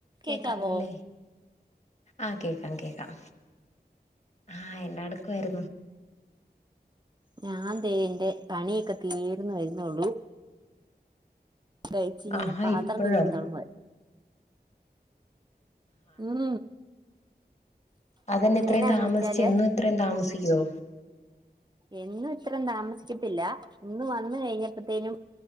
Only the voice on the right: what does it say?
കേക്കാവോ
ഞാൻ ദേന്റെ പണിയൊക്കെ തീർന്ന് വരുന്നുള്ളു കഴിച്ച് ഇങ്ങനെ
പാത്രം
കഴുകാൻ തുടങ്ങുവാ ഉം
അതെന്നാന്ന്
വെച്ചാല്
എന്നും ഇത്രയും താമസിക്കത്തില്ല ഇന്ന് വന്ന് കഴിഞ്ഞപ്പോത്തേനും